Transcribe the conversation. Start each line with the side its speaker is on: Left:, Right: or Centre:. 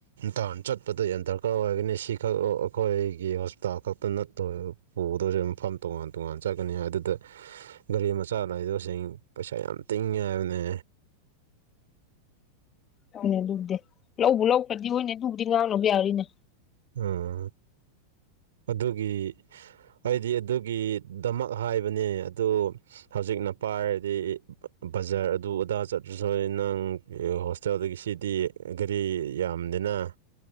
Right: ꯇꯥꯟ ꯆꯠꯄꯗ ꯌꯥꯝ ꯗꯔꯀꯥꯔ ꯑꯣꯏꯒꯅꯤ ꯁꯤꯈꯛ ꯑꯈꯣꯏꯒꯤ ꯍꯣꯁꯄꯤꯇꯥꯜ ꯈꯛꯇ ꯅꯠꯇꯕ ꯄꯨꯒꯗꯧꯁꯨ ꯃꯐꯝ ꯇꯣꯉꯥꯟ ꯇꯣꯉꯥꯟ ꯆꯠꯀꯅꯤ ꯍꯥꯏ ꯑꯗꯨꯗ ꯒꯥꯔꯤ ꯃꯆꯥ ꯂꯩꯏꯗꯕꯁꯤꯡ ꯄꯩꯁꯥ ꯌꯥꯝ ꯇꯤꯡꯉꯦ ꯍꯥꯏꯕꯅꯦ
Left: ꯍ‌ꯣꯏꯅꯦ ꯑꯗꯨꯕꯨꯗꯤ ꯂꯧꯕꯨ ꯂꯧꯈ꯭ꯔꯗꯤ ꯍꯣꯏꯅꯦ ꯑꯗꯨꯕꯨꯗꯤ ꯉꯥꯡꯅꯕ ꯌꯥꯔꯤꯅꯦ
Right: ꯎꯝ ꯑꯗꯨꯒꯤ ꯑꯩꯗꯤ ꯑꯗꯨꯒꯤꯗꯃꯛ ꯍꯥꯏꯕꯅꯦ ꯑꯗꯨ ꯍꯧꯖꯤꯛꯅ ꯄꯥꯏꯔꯗꯤ ꯕꯖꯥꯔ ꯑꯗꯨ ꯑꯗꯥ ꯆꯠꯇ꯭ꯔꯁꯨ <unintelligible> ꯅ‌ꯪ <unintelligible> ꯆꯗꯒꯤ ꯁꯤꯗꯤ ꯒꯥꯔꯤ ꯌꯥꯝꯗ‌ꯦꯅ